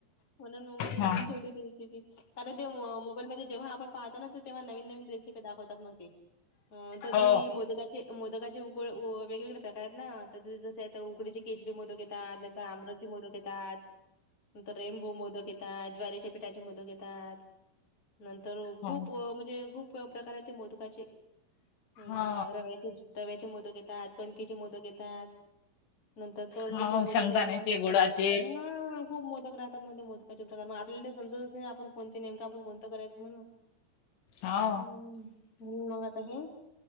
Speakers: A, on the left; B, on the left.
A: म्हणून मी ती
B: हा
A: लिहून ठेवली. होती रेसिपी, कारण ते मोबाईल मध्ये जेव्हा आपण पाहतो ना, तेव्हा नवीन-नवीन रेसिपी दाखवतात मग ते. हा कधी ती
B: हो
A: मोदकाची. मोदकाचे उकड वेगवेगळे प्रकार आहेत ना, तर जसे उकडीचे केशरी मोदक येतात, नंतर आम मोदक येतात, नंतर रेनबो मोदक येतात, ज्वारीच्या पिठाचे चे मोदक येतात, नंतर खूप
B: हो
A: व म्हणजे खूप. खूप प्रकार आहे ते मोदगाचे, अम्
B: हा
A: रव्याचे. रव्याचे मोदक येतात, कणकेचे मोदक येतात, नंतर. तळलीचे
B: हो
A: मोदक
B: शेंगदाण्याचे
A: येतात.
B: गुळाचे
A: हम्म. खूप मोदक राहतात, मध्ये मोदकाचे प्रकार मग आपल्याला ते समजतच नाही, कोणते आपण कोणंत करायचं म्हणून.
B: हो
A: हम्म मग आत हे.